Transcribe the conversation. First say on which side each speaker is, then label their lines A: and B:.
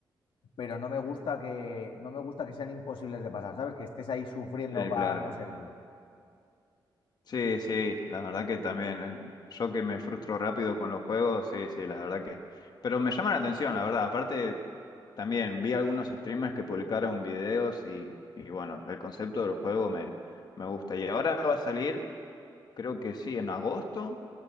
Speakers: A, on the left; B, on the left.
A: pero no me gusta que, no me gusta que sean imposibles de pasar, ¿sabes? Que estés ahí sufriendo
B: Sí,
A: para
B: claro.
A: conseguirlo.
B: Sí, sí, la verdad que también. eh, Yo que me frustro rápido con los juegos, sí, sí, la verdad que. Pero me llama la atención, la verdad. Aparte, también vi algunos streamers que publicaron videos y, y bueno, el concepto del juego me, me gusta. Y ahora va a salir, creo que sí, en agosto,